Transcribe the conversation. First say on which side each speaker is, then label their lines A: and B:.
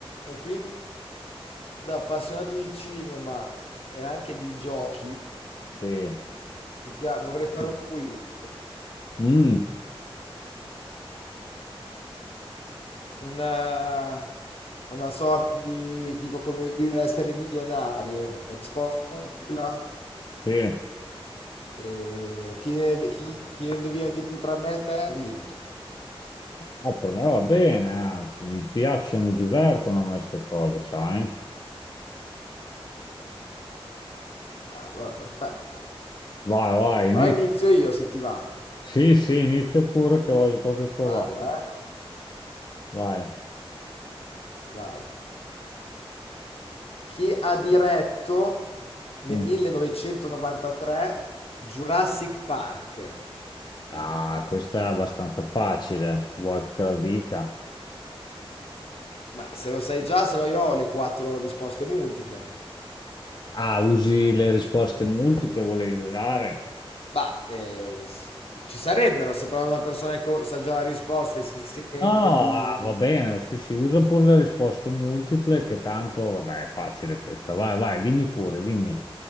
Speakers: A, on the left; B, on the left.
A: E quindi da appassionato di cinema e anche di giochi,
B: Sì,
A: mi pia- vorrei fare un quiz,
B: Mm,
A: una, una sorta di tipo come chi vuole essere milionario, la risposta multipla,
B: sì.
A: e chi ne, chi, chi ne indovina di più tra me e te ha vinto.
B: No, per me va bene, anzi, mi piacciono, mi divertono a me queste cose, sai?
A: Ah, Allora, perfetto.
B: Vai, vai, inizia.
A: Allora inizio io se ti va.
B: Sì, sì, inizia pure che voglio proprio provare.
A: Vado, eh?
B: Vai.
A: Vai. che ha diretto nel
B: Mm.
A: 1993 Jurassic Park.
B: Ah, questa è abbastanza facile, vuoi che te la dica?
A: Ma se lo sai già, se no io ho le quattro risposte multiple.
B: Ah, usi le risposte multiple, volevi usare?
A: Ma eh, s- ci sarebbero se però una persona che co- sa già la risposta e si sente
B: No, ah,
A: di...
B: va bene, sì, sì, usa pure le risposte multiple, che tanto, vabbè, è facile questa. Vai, vai, dimmi pure, dimmi.